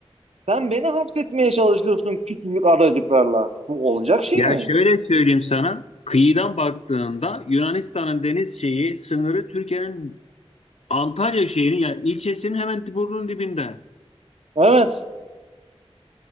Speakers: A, on the right (about 85°); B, on the left (about 85°).
A: Sen beni hapsetmeye çalışıyorsun küçücük adacıklarla. Bu olacak şey
B: Ya
A: mi?
B: şöyle söyleyeyim sana, kıyıdan baktığında Yunanistan'ın deniz şeyi sınırı Türkiye'nin Antalya şehrinin ya ilçesinin hemen burnunun dibinde.
A: Evet.